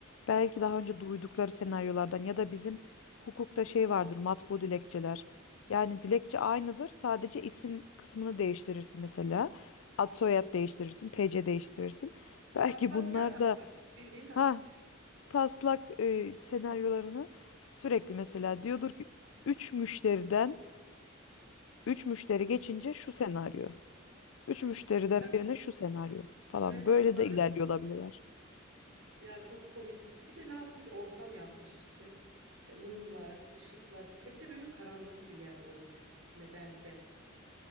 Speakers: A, on the left; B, on the right.
A: Belki daha önce duydukları senaryolardan ya da bizim hukukta şey vardır matbu dilekçeler. Yani dilekçe aynıdır. Sadece isim kısmını değiştirirsin mesela. Ad soyad değiştirirsin, TC değiştirirsin. Belki
B: Taslak
A: bunlar
B: ya taslak.
A: da
B: Bildiğin taslak.
A: ha taslak e, senaryolarını sürekli mesela diyordur ki 3 müşteriden 3 müşteri geçince şu senaryo.
B: Yani.
A: Üç müşteriden
B: <laughs>
A: birine şu senaryo falan.
B: Random
A: Böyle
B: olarak
A: de ilerliyor olabilirler.
B: ya çok komik. Bir de ne yapmış? Ortam yapmış işte. E, Mumlar, ışıklar. Hep de böyle karanlık bir yer olur. Nedense.